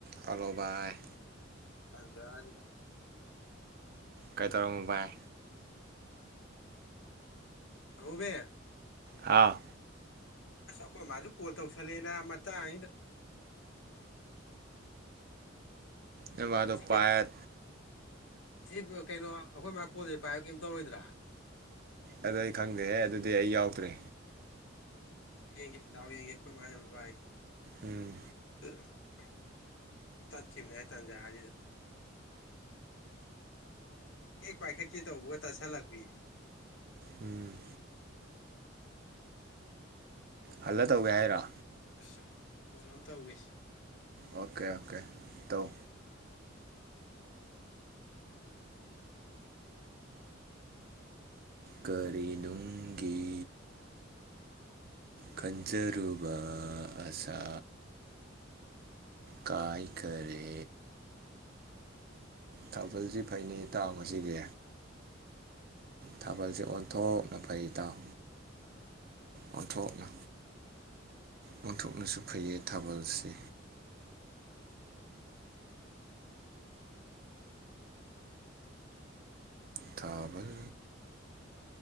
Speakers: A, on the right; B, on the left.
A: Hello ꯚꯥꯏ
B: ꯇꯟꯖꯥꯁꯤꯗ
A: ꯀꯩ ꯇꯧꯔꯝꯃꯤꯅ‌ꯣ ꯕꯥꯏ
B: ꯑꯃꯨꯕꯤ
A: ꯍꯥꯥꯎ
B: ꯑꯁ ꯑꯩꯈꯣꯏ ꯃꯥꯁꯨ ꯀꯣꯜ ꯇꯧꯁꯜꯂꯦꯅ ꯃꯇꯥꯡꯁꯤꯗ
A: ꯅ‌ꯣꯏꯃꯥꯗꯣ
B: ꯁꯤ
A: ꯄꯥꯏ
B: ꯁꯤ ꯀꯩꯅꯣ ꯑꯩꯈꯣꯏ ꯃꯥ ꯀꯣꯟꯜꯁꯦ ꯄꯥꯏ ꯀꯩꯝ ꯇꯧꯔꯣꯏꯗ꯭ꯔꯥ
A: ꯑꯗꯨ ꯑꯩ ꯈꯪꯗꯦꯍꯦ ꯑꯗꯨꯗꯤ ꯑꯩ ꯌꯥꯎꯗ꯭ꯔꯦ
B: ꯁꯤ ꯌꯦꯡꯒ‌ꯦ ꯗꯥꯎ ꯌꯦꯡꯦ ꯑꯩꯈ‌ꯣꯏ ꯃꯥꯏꯖ‌ꯦ ꯑꯝꯇ ꯄꯥꯏꯒ‌ꯦ
A: ꯎꯝ
B: <unintelligible> ꯇꯠꯈꯤꯕꯅꯦ ꯍꯥꯏꯇꯟꯖꯥꯁꯤꯗ ꯍ‌ꯦꯛ ꯄꯥꯏꯈꯠꯀ‌ꯦ ꯇꯧꯕꯒ ꯇꯛꯁꯤꯜꯂꯛ ꯨ <unintelligible>
A: ꯎꯝ ꯍꯜꯂ ꯇꯧꯒꯦ ꯍꯥꯏꯔ
B: ꯑꯁ ꯀꯣꯜ ꯑꯃ ꯇꯧꯒꯦꯁ‌ꯦ
A: ꯑꯣꯀꯦ ꯑꯣꯀꯦ ꯇꯧ ꯀꯔꯤꯅꯨꯡꯒꯤ ꯈꯟꯖꯔꯨꯕ ꯑꯁꯥ ꯀꯥꯏꯈꯥꯔꯦ ꯊꯥꯕꯜꯁꯤ ꯐꯩꯅꯤ ꯏꯇꯥꯎ ꯉꯁꯤꯗꯤ ꯊꯥꯕꯜꯁ‌ꯦ ꯑꯣꯟꯊꯣꯛꯅ ꯐꯩ ꯏꯇꯥꯎ ꯑꯣꯟꯊꯣꯛꯅ ꯑꯣꯟꯊꯣꯛꯅꯁꯨ ꯐꯩꯌꯦ ꯊꯥꯕꯜꯁꯦ ꯊꯥꯕꯜ